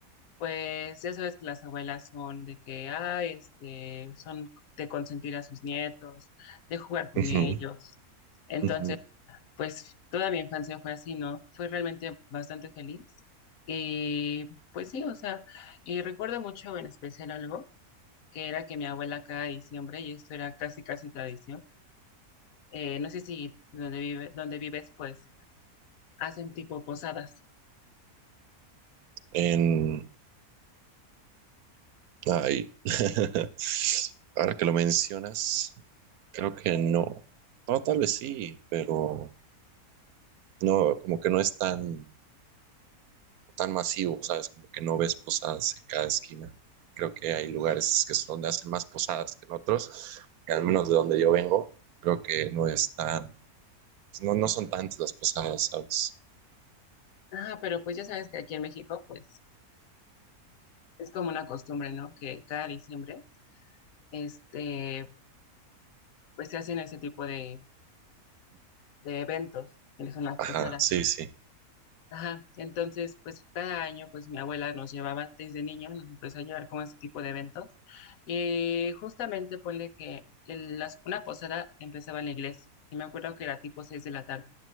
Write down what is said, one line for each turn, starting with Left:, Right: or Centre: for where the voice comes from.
Left: Pues ya sabes que las abuelas son de que, ay, este, son de consentir a sus nietos, de jugar con
Right: Ujú,
Left: ellos. Entonces,
Right: ujú.
Left: pues toda mi infancia fue así, ¿no? Fue realmente bastante feliz. Y pues sí, o sea, y recuerdo mucho en especial algo, que era que mi abuela cada diciembre, y esto era casi, casi tradición, eh, no sé si donde vive, donde vives, pues hacen tipo posadas.
Right: En... Ay, <laughs> ahora que lo mencionas, creo que no. No, tal vez sí, pero no, como que no es tan tan masivo, ¿sabes? Como que no ves posadas en cada esquina. Creo que hay lugares que son donde hacen más posadas que en otros, que al menos de donde yo vengo, creo que no es tan, pues, no, no son tantas las posadas, ¿sabes?
Left: Ah, pero pues ya sabes que aquí en México, pues es como una costumbre, ¿no? Que cada diciembre este, pues se hacen ese tipo de, de eventos, que no son las
Right: Ajá,
Left: posadas.
Right: sí, sí.
Left: Ajá, entonces, pues cada año, pues mi abuela nos llevaba desde niño, nos empezó a llevar como a ese tipo de eventos. Y justamente ponle que el- las, una posada empezaba en la iglesia, y me acuerdo que era tipo seis de la tarde.